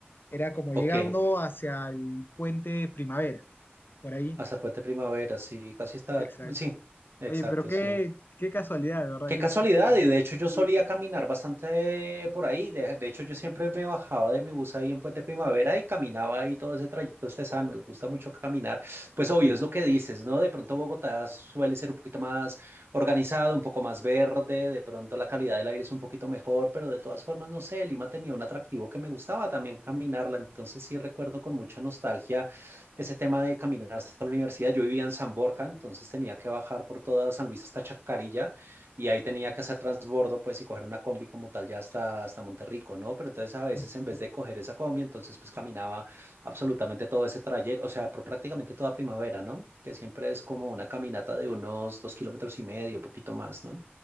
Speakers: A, on the left; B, on the right.
A: Era como
B: ok,
A: llegando hacia el puente Primavera, por ahí.
B: hasta el puente primavera, sí, casi está,
A: Exacto.
B: sí, exacto,
A: Oye, pero qué,
B: sí.
A: qué casualidad, de verdad,
B: Qué
A: qué
B: casualidad,
A: interesante.
B: y de hecho yo solía
A: Sí, sí,
B: caminar
A: sí.
B: bastante por ahí, de, de hecho yo siempre me bajaba de mi bus ahí en Puente Primavera y caminaba ahí todo ese trayecto estesano, me gusta mucho caminar, pues obvio es lo que dices, ¿no? De pronto Bogotá suele ser un poquito más organizado, un poco más verde, de pronto la calidad del aire es un poquito mejor, pero de todas formas, no sé, Lima tenía un atractivo que me gustaba también caminarla, entonces sí recuerdo con mucha nostalgia ese tema de caminar hasta la universidad, yo vivía en San Borja, entonces tenía que bajar por toda San Luis hasta Chacarilla y ahí tenía que hacer transbordo, pues, y coger una combi como tal ya hasta, hasta Monterrico, ¿no? Pero entonces a veces
A: Ujú.
B: en vez de coger esa combi, entonces pues caminaba absolutamente todo ese trayecto, o sea, pr- prácticamente toda primavera, ¿no? Que siempre es como una caminata de unos dos kilómetros y medio, poquito más, ¿no?